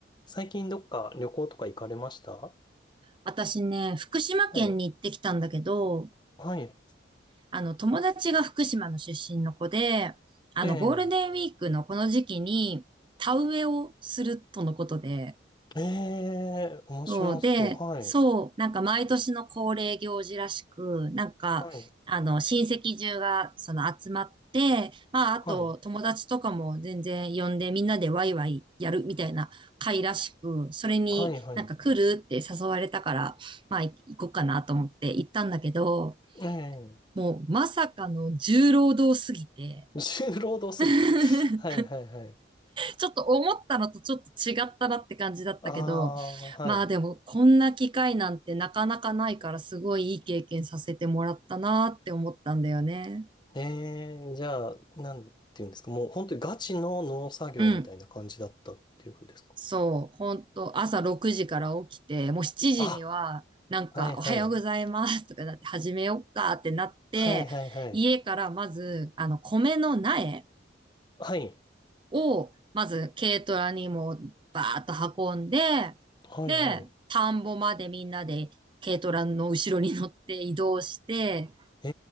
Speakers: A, on the left (about 25°); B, on the right (about 25°).
A: 最近どっか旅行とか行かれましたは
B: 私ね、福島県に行ってきたんだけど、
A: い。はい。
B: あの、友達が福島の出身の子で、あの、
A: ええ。
B: ゴールデンウィークのこの時期に、田植えをするとのことで、
A: ええ、面白そう。
B: そうで、
A: はい。
B: そう、なんか毎年の恒例行事らしく、なんか、
A: はい。
B: あの、親戚中がその集まって、まあ、あと友達とかも全然呼んでみんなでワイワイやるみたいな会らしく、
A: はい。
B: それになんか来るって誘われたから、
A: はい、はい。
B: まあ、い行こうかなと思って行ったんだけど、
A: ええ。
B: もうまさかの重労働すぎて、<laughs>
A: 重労働すぎた。はい、はい、はい。
B: ちょっと思ったのとちょっと違ったなって感じだったけど、
A: ああ、はい。
B: まあでもこんな機会なんてなかなかないからすごいいい経験させてもらったなって思ったんだよね。
A: ええ、じゃあ、なんていうんですか。もう本当にガチの農作業みたいな感じだったっていうふうですか。
B: うん。そう、ほんと、朝6時から起きて、もう7時には、
A: あ、
B: なんか、
A: はい、はい。
B: おはようございますとかなって、始めよっかってなって、
A: はい、はい、はい。
B: 家からまず、あの、米の苗
A: はい。
B: を、まず軽トラにもうバーッと運んで、
A: はい、
B: で、
A: はい。
B: 田んぼまでみんなで軽トラの後ろに乗って移動して、
A: え